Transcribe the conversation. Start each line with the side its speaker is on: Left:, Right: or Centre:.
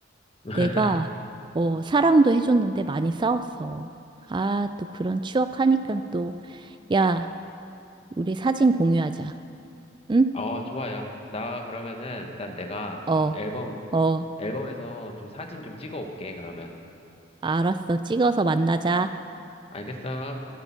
Left: <laughs>
Right: 내가, 어, 사랑도 해줬는데 많이 싸웠어. 아, 또 그런 추억 하니까 또, 야, 우리 사진 공유하자. 응?
Left: 어, 좋아요. 나 그러면은 일단 내가
Right: 어,
Left: 앨범
Right: 어,
Left: 앨범에서 좀 사진 좀 찍어 올게, 그러면.
Right: 알았어. 찍어서 만나자.
Left: 알겠어?